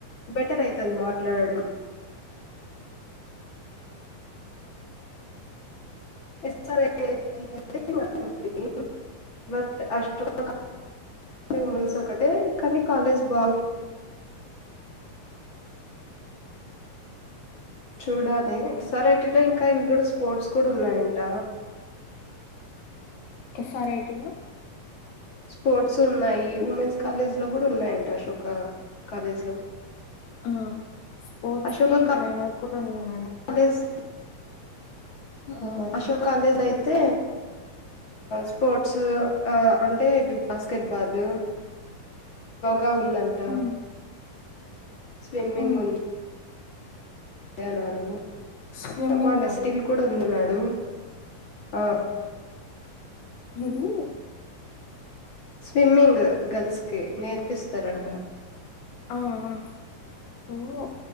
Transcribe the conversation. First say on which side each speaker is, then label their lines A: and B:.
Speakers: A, on the left (about 45°); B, on the left (about 80°).
A: బెటర్ అయితది మాట్లాడడం ఎస్ ఆర్ ఐటి అయితే <unintelligible> బట్ అశోక కాలేజ్ విమెన్స్ ఒకటే కానీ కాలేజ్ బా చూడాలి ఎస్ ఆర్ ఐటిలో ఇంకా ఇవి కూడా స్పోర్ట్స్ కూడా ఉన్నాయంట
B: ఎస్ ఆర్ ఐ టి లో
A: స్పోర్ట్స్ ఉన్నాయి ఉమెన్స్ కాలేజ్ లో కూడా ఉన్నాయంట అశోక కాలేజ్ లో
B: ఆ స్పోర్ట్స్
A: అశోక
B: కి ట్రైనర్ కుటా నిన్
A: కాలేజ్ హా అశోక కాలేజ్ లయి తే స్పోర్ట్స్ అంటే బాస్కెట్ బాల్ గా ఉందంట
B: హ్మ్.
A: స్విమ్మింగ్
B: హ్మ్.
A: ఉం అదే అన్నారు
B: స్విమ్మింగా
A: బానే స్టిల్ కూడా ఉందన్నాడు ఊ ఆ
B: ఇది
A: స్విమ్మింగ్ గర్ల్స్ కి నేర్పిస్తారంట
B: ఆఆ ఓ హో